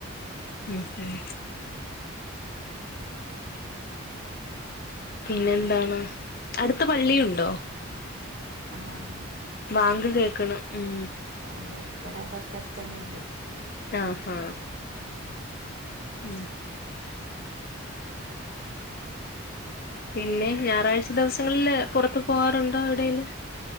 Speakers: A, on the left; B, on the right.
A: ഉം ഉം പിന്നെ എന്താണ് അടുത്ത് പള്ളിയുണ്ടോ
B: ആഹ്
A: വാങ്ക് കേക്ക്‌ണ് ഉം
B: അതെ ഇവിടെ തൊട്ടടുത്ത് തന്നെ ണ്ട്
A: ആ ഹാ ഉം പിന്നെ ഞാറാച ദിവസങ്ങളില് പുറത്തു പോവാറുണ്ടോ എവിടേലും